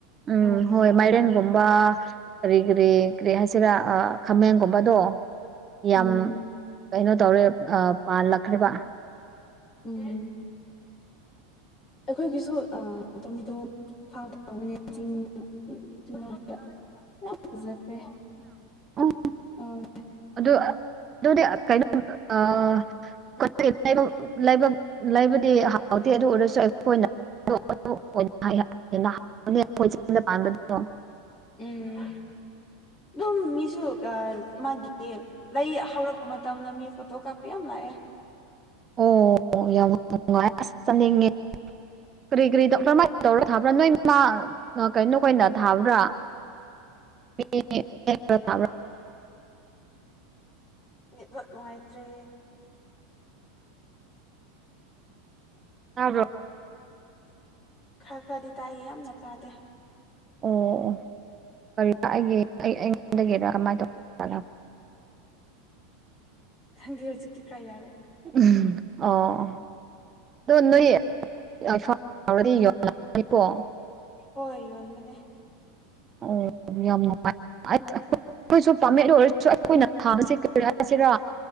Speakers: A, on the right; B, on the left.
A: ꯎꯝ
B: ꯑ
A: ꯍꯣꯏ ꯃꯥꯏꯔꯦꯟꯒꯨꯝꯕ ꯀꯔꯤ ꯀꯔꯤ ꯀꯔꯤ ꯍꯥꯏꯁꯤꯔꯥ ꯈꯥꯃꯦꯟꯒꯨꯝꯕꯗꯣ ꯌꯥꯝ
B: ꯎꯝ
A: ꯀꯩꯅꯣ ꯇꯧꯔꯦ ꯑꯥ ꯄꯥꯜꯂꯛꯈ꯭ꯔꯦꯕ
B: ꯎꯝ ꯑꯩꯈꯣꯏꯒꯤꯁꯨ ꯑꯥ ꯑꯇꯣꯝꯕꯤꯗꯨ ꯐꯥꯝ ꯇꯧꯕꯅꯦ ꯆꯤꯡ ꯆꯤꯡꯅꯨꯡꯗꯥ ꯌꯥꯝ ꯐꯖꯈ꯭ꯔꯦ
A: ꯎꯝ
B: ꯑꯥ
A: ꯑꯗꯨ ꯑꯗꯨꯗꯤ ꯀꯩꯅꯣ <unintelligible> ꯂꯩꯕꯗꯤ ꯍꯥꯎꯗꯦ ꯑꯗꯨ ꯑꯣꯏꯔꯁꯨ <unintelligible> ꯆꯤꯡꯗ ꯄꯥꯟꯕꯗꯨ <inaudible>
B: ꯎꯝ ꯑꯗꯨꯝ ꯃꯤꯁꯨ ꯃꯥꯒꯤ ꯂꯩ ꯍꯧꯔꯛꯄ ꯃꯇꯝꯗ ꯃꯤ ꯐꯣꯇꯣ ꯀꯥꯞꯄ ꯌꯥꯝ ꯂꯥꯛꯑꯦ
A: ꯑꯣ ꯌꯥꯝ ꯉꯥꯢ ꯑꯁ ꯆꯠꯅꯤꯡꯉꯦ ꯀꯔꯤ ꯀꯔꯤ ꯗꯣꯛ ꯀꯃꯥꯏꯅ ꯇꯧꯔ ꯊꯥꯕ꯭ꯔꯥ ꯅꯣꯏ ꯃꯥ ꯀꯩꯅꯣ ꯈꯣꯏꯅ ꯊꯥꯕ꯭ꯔꯥ <unintelligible>
B: ꯅꯦꯠꯋꯥꯛ ꯅꯨꯡꯉꯥꯏꯇ꯭ꯔꯦ
A: ꯇꯥꯕ꯭ꯔꯣ
B: ꯈꯔ ꯈꯔꯗꯤ ꯇꯥꯏꯌꯦ ꯌꯥꯝꯅ ꯇꯥꯗꯦ
A: ꯑꯣ ꯑꯣ ꯀꯔꯤ ꯑꯩꯒꯤ ꯑꯩꯉꯣꯟꯒꯤꯔꯥ ꯀꯃꯥꯏꯅ ꯇꯧ
B: ꯈꯟꯗꯦ ꯍꯧꯖꯤꯛꯇꯤ ꯈꯔ ꯌꯥꯔꯦ꯫
A: ꯎꯝ ꯑꯣ ꯑꯗꯨ ꯅꯣꯏ ꯐ ꯌ ꯑꯩꯀꯣ
B: ꯍꯣꯏ ꯌꯣꯟ ꯃꯅꯦ꯫
A: ꯑꯣ ꯌꯥꯝ <unintelligible> ꯑꯩꯈꯣꯏꯁꯨ ꯄꯥꯝꯃꯦ ꯑꯗꯨ ꯑꯣꯏꯔꯁꯨ ꯑꯩꯈꯣꯏꯅ ꯊꯥꯕꯁꯦ ꯀꯔꯤ ꯔꯥꯏꯁꯤꯔ